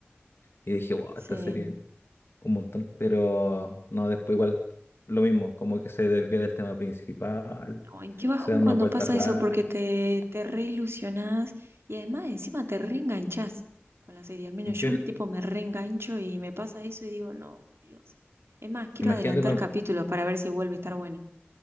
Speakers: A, on the left; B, on the right.
A: Y dije, wow,
B: Sí.
A: esta serie, un montón. Pero no, después igual lo mismo, como que se desvía del tema principal,
B: Ay, qué bajón
A: se da una
B: cuando
A: vuelta
B: pasa
A: rara.
B: eso, porque te, te reilusionás y además encima te reenganchás con la serie. Al menos
A: Yo,
B: yo tipo me reengancho y me pasa eso y digo, no, Dios. Es más, quiero
A: imagínate,
B: adelantar
A: pa-
B: capítulos para ver si vuelve a estar buena.